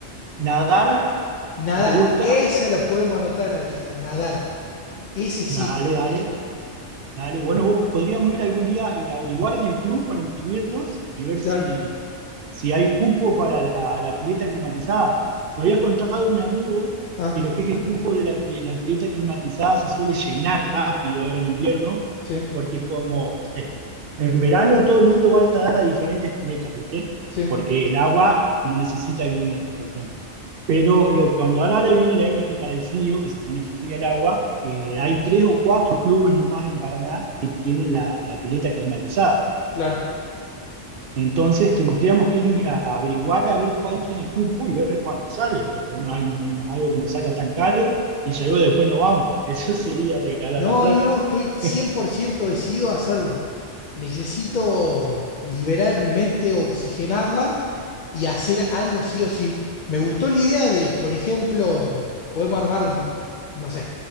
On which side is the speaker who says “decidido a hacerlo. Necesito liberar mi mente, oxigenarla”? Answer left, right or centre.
Left